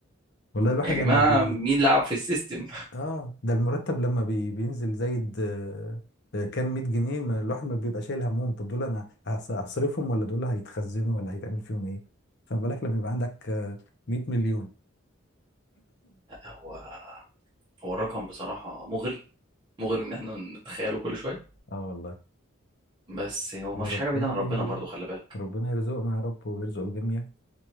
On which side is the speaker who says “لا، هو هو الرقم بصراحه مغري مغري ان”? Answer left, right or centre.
Right